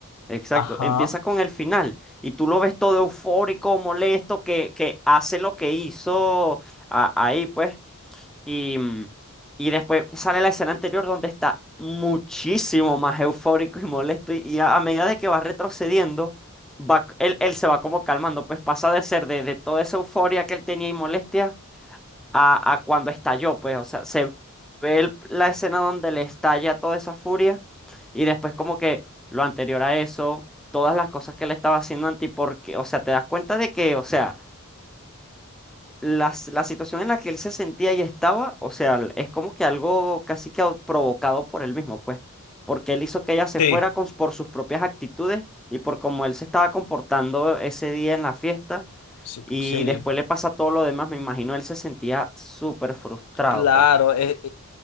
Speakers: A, in the centre; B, on the left.
A: Exacto,
B: Ajá.
A: empieza con el final y tú lo ves todo eufórico, molesto, que, que hace lo que hizo a- ahí, pues. Y, mm, y después sale la escena anterior donde está muchísimo más eufórico y molesto. Y, y a, a medida de que va retrocediendo, va, c- él, él se va como calmando, pues pasa de ser de, de toda esa euforia que él tenía y molestia a, a cuando estalló, pues, o sea, se ve el- la escena donde le estalla toda esa furia y después como que lo anterior a eso, todas las cosas que le estaba haciendo Anti, porque, o sea, te das cuenta de que, o sea, las- la situación en la que él se sentía y estaba, o sea, l- es como que algo casi que au- provocado por él mismo, pues, porque él hizo que ella se
B: Sí,
A: fuera con, por sus propias actitudes y por cómo él se estaba comportando ese día en la fiesta.
B: sí,
A: Y
B: sí.
A: después le pasa todo lo demás, me imagino él se sentía súper frustrado,
B: Claro,
A: pues.
B: e,